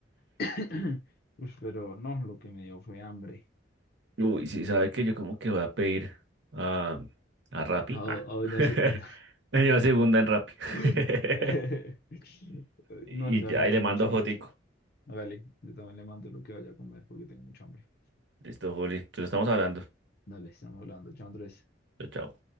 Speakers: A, on the left (about 55°); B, on the right (about 65°).
A: <clears throat> Ush, pero no, lo que me dio fue hambre.
B: <laughs> Uy, sí, sabe que yo como que voy a pedir a, a Rappi.
A: A, do-
B: Ah.
A: a doña
B: <laughs>
A: Secunda.
B: Me lleva segunda en Rappi.
A: <laughs>
B: <laughs> Y
A: No, ya
B: ya,
A: me dio
B: y le
A: mucha
B: mando
A: hambre.
B: fotico.
A: Hágale, yo también le mando lo que vaya a comer porque tengo mucha hambre.
B: Listo, Juli. Entonces estamos hablando.
A: Dale, estamos hablando. Chao, Andrés.
B: Chao, chao.